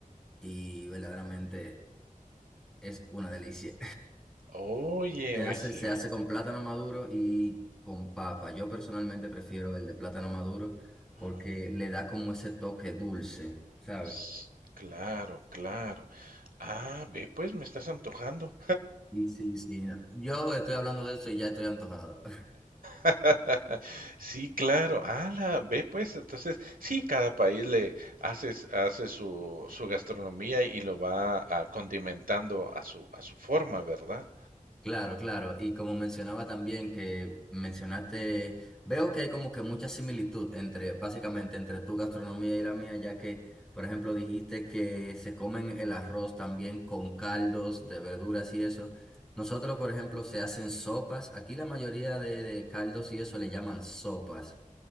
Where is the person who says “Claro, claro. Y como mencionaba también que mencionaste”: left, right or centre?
Centre